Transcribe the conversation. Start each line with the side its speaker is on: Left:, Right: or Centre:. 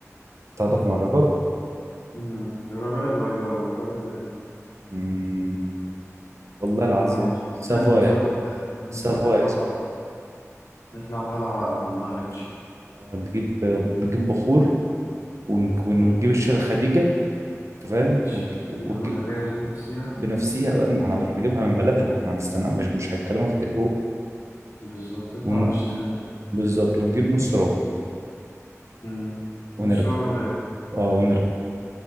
Right: تعاطف مع الرجاء
Left: مم. الرجاء البيضاوي الرجاء المغربي
Right: مم. والله
Left: يلا
Right: العظيم
Left: يا عم
Right: سافايا
Left: نعمل نظبط كده والله
Right: سافايا
Left: إن نطلع
Right: س-
Left: طلع. نطلع طلعة على المغرب
Right: اه نجيب نجيب بخور ونج- ونجيب الشيخة خديجة انت فاهم
Left: الشيخ
Right: ونج- ونجيب
Left: الخليج المغربية بذات نفسها
Right: بنفسيها بقى ما احنا هنروح نجيبها من بلدها واحنا هنستنى مش مش هنكلمها في التليفون
Left: بالظبط نطلع
Right: ونج...
Left: على الشيخ خليج
Right: بالظبط ونجيب نص ربع
Left: مم.
Right: ونرجع
Left: نص ربع مغربي
Right: اه ونرجع